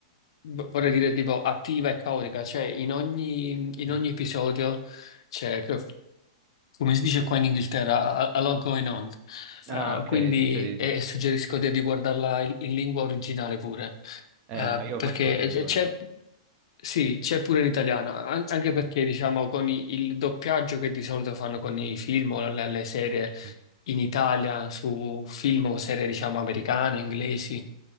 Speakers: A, on the left; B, on the right.
A: v- vorrei dire tipo attiva e caotica, cioè in ogni, in
B: Mhm.
A: ogni episodio
B: <laughs>
A: c'è, che- come si dice qua in Inghilterra, a, a- a lot going on.
B: Ah,
A: Eh,
B: ok,
A: quindi
B: succede di
A: e-
B: tutto.
A: e suggerisco di, di guardarla in, in lingua originale pure,
B: Eh,
A: Eh,
B: ma io
A: perché
B: faccio così di
A: c'è,
B: solito.
A: c'è- sì, c'è pure
B: Sì,
A: in italiano,
B: sì.
A: an- anche perché diciamo con i- il doppiaggio che di solito fanno con i film o le le serie
B: Mm,
A: in Italia su film o serie, diciamo, americane, inglesi.